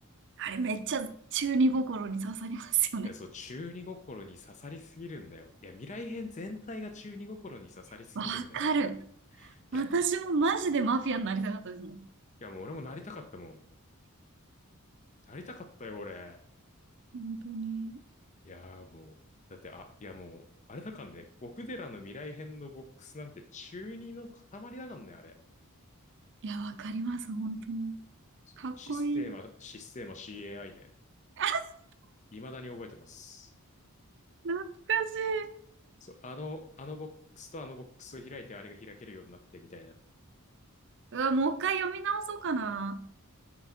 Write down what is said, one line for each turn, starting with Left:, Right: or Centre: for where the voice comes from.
Right: あれめっちゃ中二心に刺さりますよね。
Left: いや、そう、中二心に刺さりすぎるんだよ。いや、未来編全体が中二心に刺さりすぎるんだよ。
Right: <laughs> わかる。私もマジでマフィアになりたかったですもん。
Left: いや、いやもう俺もなりたかったもん。なりたかったよ、俺。
Right: 本当に。
Left: いやーもう、だって、あ、いやもう、あれだかんね、極寺の未来編のボックスなんて中二の塊だかんね、あれ。
Right: いや、わかります、本当に。
Left: そう、
Right: かっこいい。
Left: システーマ、システーマ CAI ね。
Right: <laughs>
Left: 未だに覚えてます。
Right: 懐かしい。
Left: そう、あの、あのボックスとあのボックスを開いてあれが開けるようになってみたいな。い
Right: うわ、もう一回読み直そうかな。